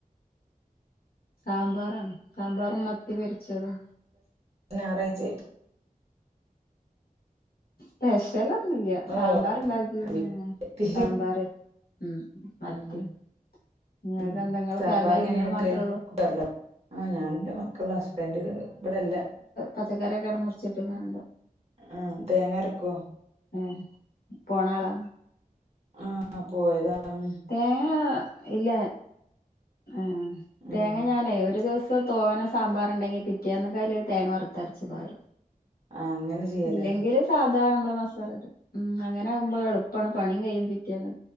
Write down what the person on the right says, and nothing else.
ഞാറായ്ച്ചാറ്റ്
ഓ അടിപൊളി.
ഉം
ഉം
സാമ്പാറെങ്ങനെ
വെക്കല്
കുക്കർലോ ആ ഞാൻ ഇന്റെ മക്കള് ഹസ്ബൻഡ് ഇവടല്ല.
ഉം തേങ്ങരക്കോ
ആ പോയതാ ഉം
ഉം
ആഹ് അങ്ങനെ ചെയ്യല